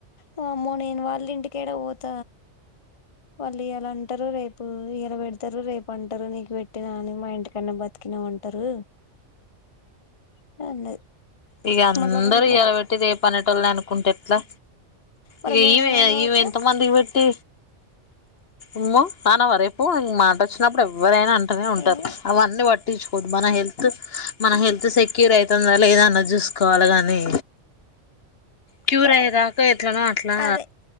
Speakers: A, on the left (about 40°); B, on the left (about 55°).
A: వామ్మో నేను వాళ్ళ ఇంటికెడ పోత <unintelligible> అంటారు రేపు ఇయల పెడతారు రేపు <unintelligible> నీకు పెట్టినా అని మా ఇంటికన్నా బతికినవ్ అంటారు <unintelligible>
B: ఇగ అందరు
A: మళ్ళా పోయిందట
B: ఇయల పెట్టి రేపు అనేటోళ్ళని అనుకుంటే ఎట్లా
A: మరి
B: ఇగ
A: మేమనం కావచ్చా
B: ఇమే ఎంత మందికి పెట్టి ఉమ్మె అనావ రేపు మ మాట వచ్చినప్పుడు ఎవరైనా అంటనే ఉంటారు
A: ఏమో
B: అవన్నీ పట్టించుకోద్దు మన హెల్ మన హెల్త్ సెక్యూర్ అయితందద లేదన్న చూసుకోవాలి కానీ క్యూర్
A: కా
B: అయ్యేదాక ఎట్లనో అట్లా
A: అదే